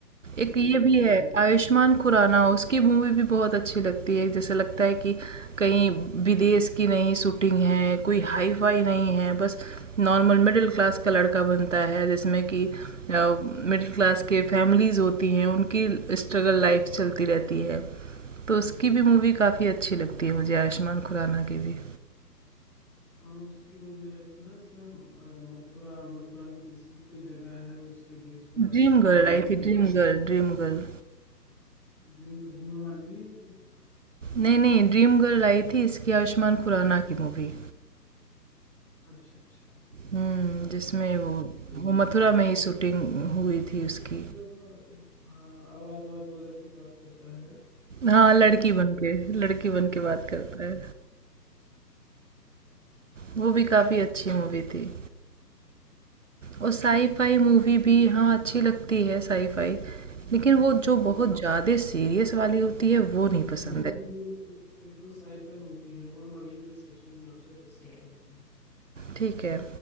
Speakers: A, on the right (about 50°); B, in the centre.
A: एक
B: महिला
A: ये भी
B: वन
A: है
B: अरे
A: आयुष्मान खुराना उसकी मूवी भी बहुत अच्छी लगती है जैसे लगता है कि कहीं विदेश की नहीं शूटिंग है कोई हाई फाई नहीं है बस नॉर्मल मिडिल क्लास का लड़का बनता है जिसमें कि मिडिल क्लास के फैमिलीज होती हैं उनकी स्ट्रगल लाइफ चलती रहती है तो उसकी भी मूवी काफ़ी अच्छी लगती है मुझे आयुष्मान खुराना की भी
B: हाँ उसकी मूवी आई थी ना इसमें अ, मथुरा मथुरा में किसी कोई जगह है उसके बेस पर
A: Dream
B: आई थी
A: girl
B: पूजा
A: आई
B: पूजा
A: थी ड्रीम
B: नाम
A: गर्ल ड्रीम गर्ल
B: ड्रीम कर हेमा मालिनी वाली
A: नहीं नहीं ड्रीम गर्ल आई थी इसकी आयुष्मान खुराना की मूवी
B: अच्छा अच्छा
A: हम्म जिसमें वो
B: ड्रीम
A: वो मथुरा में ही शूटिंग हुई थी उसकी
B: अच्छा उसमें हाँ आवाज आवाज बदल के बात करता है
A: हाँ लड़की बन के लड़की बन के बात करता है वो भी काफ़ी अच्छी मूवी थी और साई फाई मूवी भी हाँ अच्छी लगती है साई फाई लेकिन
B: हिंदी
A: वो जो
B: में
A: बहुत
B: ना
A: ज़्यादा सीरियस वाली होती है वो नहीं
B: हिंदी
A: पसंद
B: में
A: है
B: भी एक, एक दो साईफाई मूवी है वो हम अगले डिस्कशन में आपसे डिस्कस करते हैं
A: ठीक है